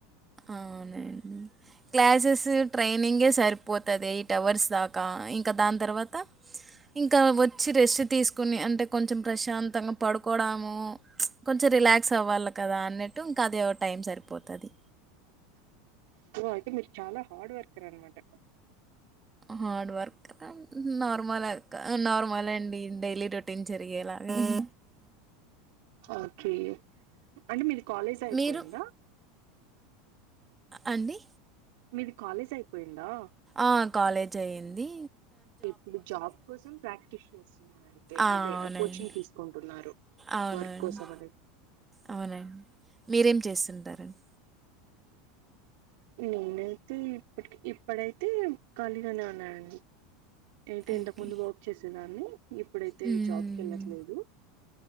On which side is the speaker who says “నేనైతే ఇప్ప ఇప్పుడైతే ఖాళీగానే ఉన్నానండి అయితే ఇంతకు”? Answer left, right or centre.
Right